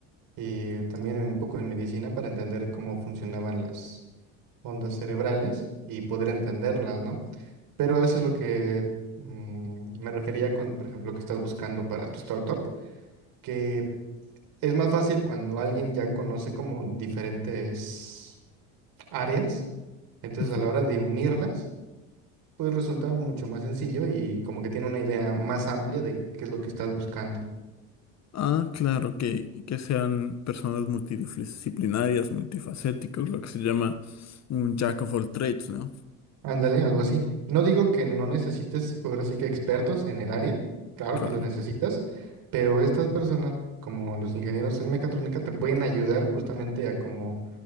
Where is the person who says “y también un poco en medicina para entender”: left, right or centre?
Right